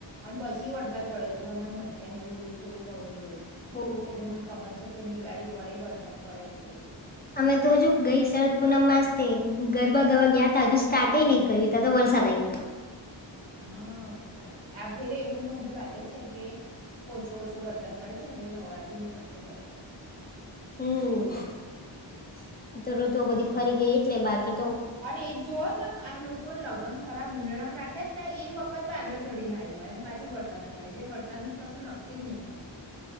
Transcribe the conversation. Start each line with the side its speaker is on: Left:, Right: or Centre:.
Right: અન પછી વરસાદ પડે તો તું અમાર મટ ને એવું બધું થોડું કવાઈ ગયુંતું,
Left: ઓહ.
Right: એટલે મને ખબર છે, કે દિવાળી પર વરસાદ પડે છે, એવું
Left: અમે તો હજુ ગઈ શરદ પૂનમાસ તે ગરબા ગરબા ગયા, તા હજુ સ્ટાર્ટ નહી કર તા તો વરસાદ આવી ગયો.
Right: હ હાચી આ ફેરે એવું જ મન તો લાગે છે, કે- ઓછો ઓછો વરસાદ પડે છે, ને એટલે નવરાત્રી પડશે વરસાદ
Left: હમ અતઋ તો બધી
Right: એવું
Left: ફરી
Right: છે
Left: ગઈ એટલે બાકી તો
Right: અને એ જ જોઓ તમે આ લોકોને લગ્ન ખરાબ ઉનાળામાં રાખે ને ત એ વખત વાદળ ચડી ને આવ્યું હોય ને પાછું વરસાદ પડે એટલે વરસાદનું કશું નક્કી જ નહી હોય.